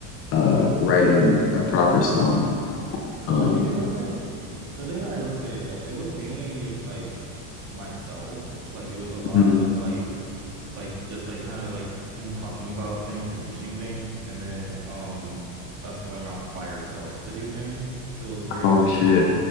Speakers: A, on the left; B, on the right.
A: uh, writing a proper song.
B: Yeah,
A: Um,
B: I mean, it wasn't. The thing I will say is that it was mainly like myself. Like it was a lot
A: Mhm.
B: of like, like just like kind of like him talking about things and teaching things, and then um us going off by ourselves to do things. So it was very
A: oh
B: like
A: shit,